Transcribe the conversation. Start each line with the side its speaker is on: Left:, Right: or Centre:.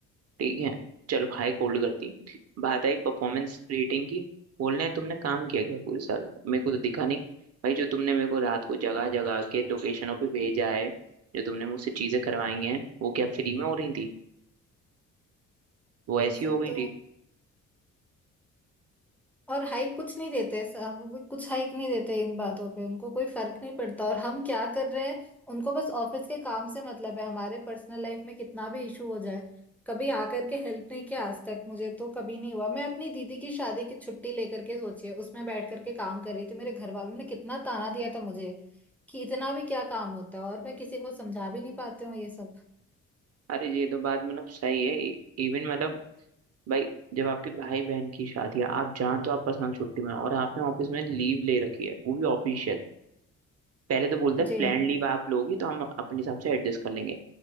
Right: ठीक है चलो हाइक होल्ड कर दी बात आई परफॉर्मेंस रेटिंग की बोल रहे हैं तुमने काम किया क्या पूरे साल मेरे को तो दिखा नहीं भाई जो तुमने मेरे को रात को जगह जगह के लोकेशनों पे भेजा है जो तुमने मुझसे चीजें करवाई हैं वो क्या फ्री में हो रही थी वो
Centre: ये
Right: ऐसी
Centre: सब
Right: हो गई
Centre: तो
Right: थी
Centre: है और हाइक कुछ नहीं देते साहब वो कुछ हाइक नहीं देते इन बातों पे उनको कोई फर्क नहीं पड़ता और हम क्या कर रहे हैं उनको बस ऑफिस के काम से मतलब है हमारे पर्सनल लाइफ में कितना भी इशू हो जाए कभी आकर के हेल्प नहीं किया आज तक मुझे तो कभी नहीं हुआ मैं अपनी दीदी की शादी की छुट्टी लेकर के सोचिए उसमें बैठ करके काम कर रही थी मेरे घर वालों ने कितना ताना दिया था मुझे कि इतना भी क्या काम होता है और मैं किसी को समझा भी नहीं पाती हूँ ये सब
Right: अरे ये तो बात मतलब सही है इवन मतलब भाई जब आपके भाई बहन की शादी है आप जान तो आप पर्सनल छुट्टी में हो, और आपने ऑफिस में लीव ले रखी है वो भी ऑफिशियल पहले तो बोलता है
Centre: जी
Right: प्लान लीव आप लोगी तो हम अपने हिसाब से एडजस्ट कर लेंगे